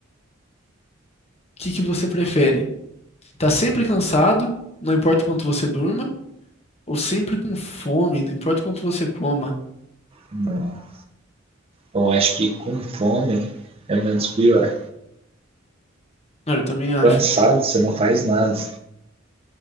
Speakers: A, on the left; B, on the right.
A: O que que você prefere? Tá sempre cansado, não importa o quanto você durma, ou sempre com fome, não importa o quanto você coma.
B: Não. Eu acho que com fome é menos pior.
A: Cara, eu também acho.
B: Cansado, você não faz nada.